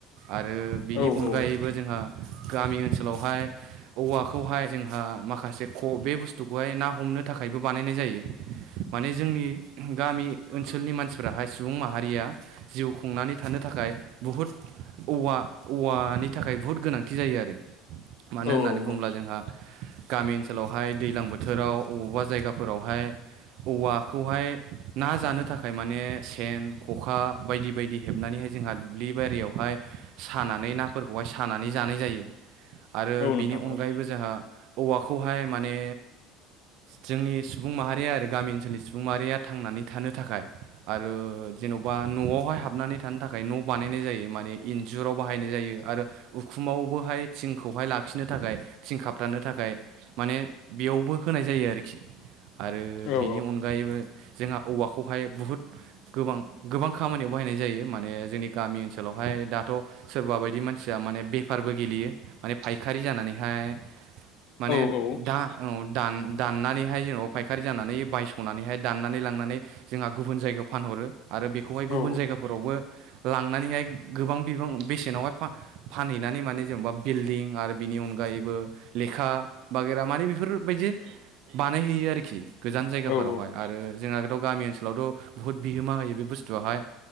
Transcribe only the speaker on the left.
औ
औ
औ
औ
औ
औ
नोंथां
औ
औ
औ औ
औ
औ